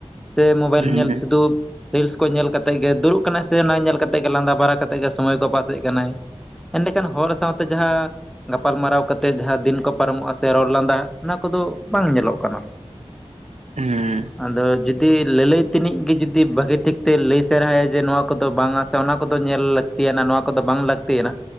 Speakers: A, in the centre; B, on the right.
A: ᱥᱮ ᱢᱳᱵᱟᱭᱤᱞ
B: ᱦᱮᱸ
A: ᱧᱮᱞ
B: ᱦᱮᱸ
A: ᱥᱩᱫᱩ᱾ ᱨᱤᱞᱥ ᱠᱚ ᱧᱮᱞ ᱠᱟᱛᱮᱜ ᱜᱮ ᱫᱩᱲᱩᱵ ᱠᱟᱱᱟᱭ ᱥᱮ ᱚᱱᱟ ᱧᱮᱞ ᱠᱟᱛᱮᱜ ᱜᱮ ᱞᱟᱸᱫᱟ ᱵᱟᱨᱟ ᱠᱟᱛᱮᱜ ᱜᱮ ᱥᱚᱢᱚᱭ ᱠᱚ ᱯᱟᱥᱮᱜ ᱠᱟᱱᱟᱭ᱾ ᱦᱚᱲ ᱥᱟᱶᱛᱮ ᱡᱟᱦᱟᱸᱼᱼ ᱜᱟᱯᱟᱞ ᱢᱟᱨᱟᱣ ᱠᱟᱛᱮᱜ ᱡᱟᱦᱟᱸ ᱫᱤᱱ ᱠᱚ ᱯᱟᱨᱚᱢᱚᱜ-ᱟ ᱥᱮ ᱨᱚᱲ ᱞᱟᱸᱫᱟ ᱚᱱᱟ ᱠᱚᱫᱚ ᱵᱟᱝ ᱧᱮᱞᱚᱜ ᱠᱟᱱᱟ᱾
B: ᱦᱮᱸ
A: ᱟᱫᱚ ᱡᱩᱫᱤ ᱞᱟᱹᱞᱟᱹᱭ ᱛᱮᱱᱤᱡ ᱜᱮ ᱡᱩᱫᱤ ᱵᱷᱟᱹᱜᱮ ᱴᱷᱤᱠ ᱛᱮ ᱞᱟᱹᱭ ᱥᱮᱨᱦᱟᱭᱟᱭ ᱡᱮ ᱱᱚᱣᱟ ᱠᱚᱫᱚ ᱵᱟᱝ-ᱟ ᱥᱮ ᱚᱱᱟ ᱠᱚᱫᱚ ᱧᱮᱞ ᱞᱟᱹᱠᱛᱤᱭᱟᱱᱟ ᱱᱚᱣᱟ ᱠᱚᱫᱚ ᱵᱟᱝ ᱞᱟᱹᱠᱛᱤ ᱭᱟᱱᱟ᱾